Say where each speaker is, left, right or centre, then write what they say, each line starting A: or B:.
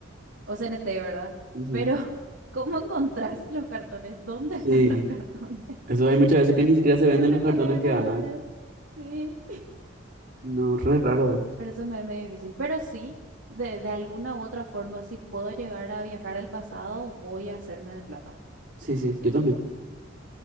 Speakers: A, on the right (about 70°); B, on the right (about 55°).
A: o CNT, ¿verdad?
B: ujú.
A: Pero, <laughs> ¿cómo encontrás los cartones? ¿Dónde
B: Sí,
A: están los cartones? <laughs>
B: eso hay muchas veces que ni siquiera se venden
A: Los cartones
B: los cartones
A: ganadores,
B: que ganan.
A: sí.
B: No, re raro, ¿verdad?
A: pero eso me es medio difícil, pero sí, de, de alguna u otra forma, si puedo llegar a viajar al pasado, voy a hacerme de plata.
B: Sí, sí, yo también.